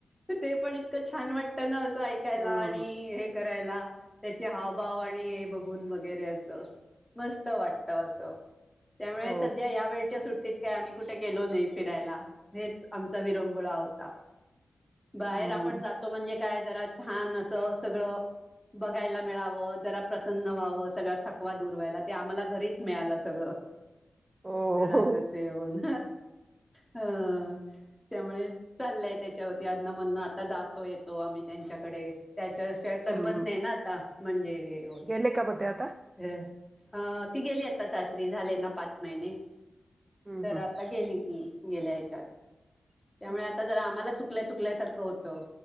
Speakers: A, in the centre; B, on the right.
A: तर ते पण इतक छान वाटत ना असं ऐकायला
B: हम्म
A: आणि हे करायला त्याचे हावभाव आणि हे बघ वैगेरे अस मस्त वाटत अस त्यामुळे
B: हो
A: सध्या या वेळच्या सुट्टी त त्या आम्ही कुठे गेलो नाही फिरायला. हेच आमचा विरंगुळा होता. बाहेर
B: हम्म
A: आपण जातो म्हणजे काय जरा छान असं सगळं. बघायला मिळावं. जरा प्रसन्न व्हावं. सगळ थकवा दूर व्हायला ते आम्हाला घरीच मिळालं सगळं.
B: हो
A: घरातच येऊन ह. त्यामुळे चाललंय त्याच्यावरती अधमं मधन आता जातो येतो आम्ही त्यांच्याकडे. त्याच्याशिवाय करमत
B: हम्म
A: नाही ना आता म्हणजे हे होत
B: गेले का म ते आता?
A: अ ह ती गेली आता सासरी. झालेय ना पाच महिने?
B: हम्म
A: तर
B: हम्
A: आता गेली ती गेल्या ह्याच्यात त्यामुळे
B: अच्छा
A: आता जर आम्हाला चुक चुकल्या चुकल्यासारखं होतं.